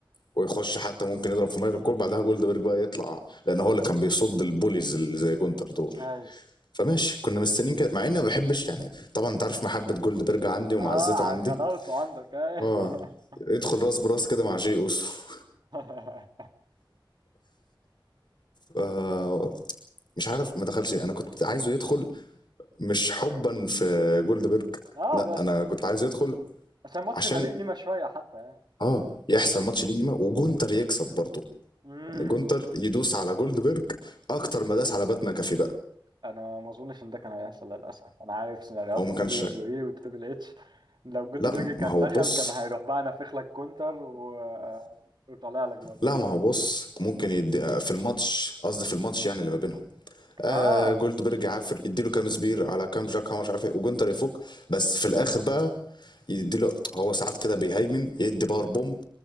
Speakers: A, on the left (about 60°); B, on the right (about 60°).
A: ويخش حتى ممكن يضرب في مايكل كول بعدها جولد بيرج بقى يطلع لان هو اللي كان بيصد البوليز اللي زي جونتر دول
B: ايوه
A: فماشي كنا مستنيين كده مع اني ما بحبش يعني طبعا انت عارف محبه جولد بيرج عندي ومعزته
B: اه على
A: عندي
B: غلاوته عندك ايوه
A: اه يدخل راس براس كده مع جي اوسو <laughs>
B: <laughs>
A: آه مش عارف ما دخلش انا كنت عايزه يدخل مش حبا في جولدبرج
B: اه
A: لا
B: بس
A: انا كنت عايزه يدخل
B: عشان الماتش
A: عشان
B: يبقى ليه قيمه شويه حتى يعني
A: اه يحصل ماتش ليما وجونتر يكسب برضه
B: مم.
A: يعني جونتر يدوس على جولدبرج اكتر ما داس على بات ماكافي بقى
B: انا ما اظنش ان ده كان هيحصل للاسف انا عارف سيناريوهات
A: هو ما
B: الدبليو
A: كانش
B: دبليو اي والتريبل اتش لو جولد
A: لا
B: برج كان
A: ما هو
B: دخل
A: بص
B: كان هيروح بقى نافخ لك كونتر و... <laughs> وطالع لك برضه
A: لا ما هو بص ممكن يدي في الماتش قصدي في الماتش يعني اللي ما بينهم آه
B: اه
A: جولدبرج عافر يديله كام سبير على كام جاك هامر مش عارف ايه وجونتر يفك بس في الاخر بقى يديله هو ساعات كده بيهيمن يدي باور بومب